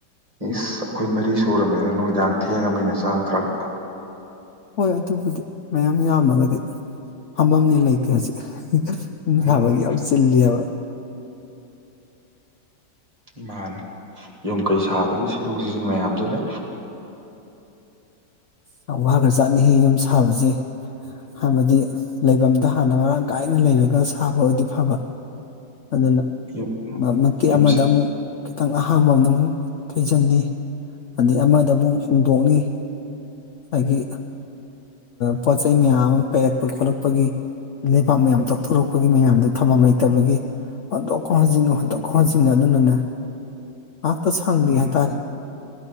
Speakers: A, on the right; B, on the left.
A: ꯏꯁ ꯑꯩꯈꯣꯏ ꯃꯔꯤ ꯁꯨꯔꯕꯃꯤꯅ ꯅꯨꯃꯤꯗꯥꯡ ꯊꯦꯡꯉꯃꯤꯅ ꯆꯪꯉꯛꯇꯔꯕ
B: ꯍꯣꯏ ꯑꯗꯨꯕꯨꯗꯤ ꯃꯌꯥꯝ ꯌꯥꯝꯃꯒꯗꯤ ꯐꯝꯐꯝꯅ ꯂꯩꯇꯦ ꯍꯧꯖꯤꯛ ꯌꯨꯝ
A: ꯎꯝ
B: ꯁꯥꯕꯒꯤ ꯌꯥꯝ ꯆꯤꯜꯂꯤ ꯍꯥꯏꯕ
A: ꯃꯥꯅꯤ ꯌꯨꯝ ꯀꯩ ꯁꯥꯕꯒꯤ ꯁꯤꯗꯣꯛ ꯁꯤꯖꯤꯟ ꯃꯌꯥꯝꯗꯨꯗ
B: ꯌꯥꯝ ꯋꯥ ꯈꯔꯖꯥꯅꯤꯍꯦ ꯌꯨꯝ ꯁꯥꯕꯁꯦ ꯍꯥꯏꯕꯗꯤ ꯂꯩꯐꯝꯗ ꯍꯥꯟꯅ ꯃꯔꯥꯡ ꯀꯥꯏꯅ ꯂꯩꯔꯒ ꯁꯥꯕ ꯑꯣꯏꯗꯤ ꯐꯕ ꯑꯗꯨꯅ
A: ꯌꯨꯝ
B: ꯃꯇꯦꯛ
A: ꯌꯨꯝ
B: ꯑꯃꯗ ꯑꯃꯨꯛ ꯈꯤꯇꯪ ꯑꯍꯥꯡ ꯑꯍꯥꯡꯕ ꯑꯃꯗ ꯑꯃꯨꯛ ꯊꯩꯖꯤꯟꯅꯤ ꯑꯗꯩ ꯑꯃꯗ ꯑꯃꯨꯛ ꯍꯣꯡꯗꯣꯛꯅꯤ ꯑꯗꯒꯤ ꯄꯣꯠ ꯆꯩ ꯃꯌꯥꯝ ꯑꯃ ꯄꯩꯔꯛꯄ ꯈꯣꯠꯂꯛꯄꯒꯤ ꯂꯩꯕꯥꯛ ꯃꯌꯥꯝ ꯇꯧꯊꯣꯔꯛꯄꯒꯤ ꯃꯌꯥꯝꯗꯨ ꯊꯝꯐꯝ ꯂꯩꯇꯕꯒꯤ ꯍꯣꯟꯇꯣꯛꯀ ꯍꯣꯟꯖꯤꯟꯒ ꯍꯣꯟꯇꯣꯛꯀ ꯈꯣꯟ ꯍꯣꯟꯖꯤꯟꯒ ꯑꯗꯨꯅꯅꯦ ꯉꯥꯏꯍꯥꯛꯇ ꯁꯪꯗꯦ
A: ꯎꯝ
B: ꯍꯥꯏꯇꯥꯔꯦ